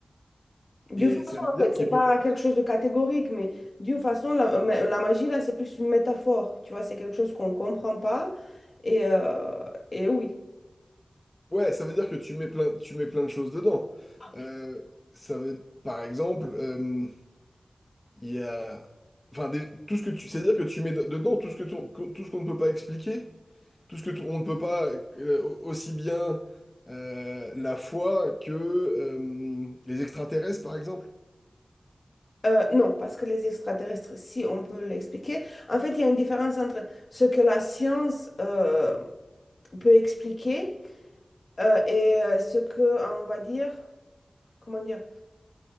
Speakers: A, on the left (about 55°); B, on the left (about 20°).
A: D'une
B: Et
A: façon,
B: ça veut
A: en
B: dire
A: fait, c'est
B: qu'il
A: pas
B: peut.
A: quelque chose de catégorique, mais d'une façon, la, ma- la magie, là, c'est plus une métaphore. Tu vois, c'est quelque chose qu'on comprend pas. Et, euh, et oui.
B: Ouais, ça veut dire que tu mets plein, tu mets plein de choses dedans.
A: Ah oui.
B: Euh, ça veut, par exemple, euh, il y a, enfin, des- tout ce que tu, c'est-à-dire que tu mets de- dedans tout ce que ton- que- tout ce qu'on ne peut pas expliquer, tout ce que t- on ne peut pas euh, aussi bien euh, la foi que euh, les extraterrestres, par exemple.
A: Euh, non, parce que les extraterrestres, si on peut l'expliquer, en fait, il y a une différence entre ce que la science... euh, peut expliquer euh, et euh, ce que, on va dire, comment dire,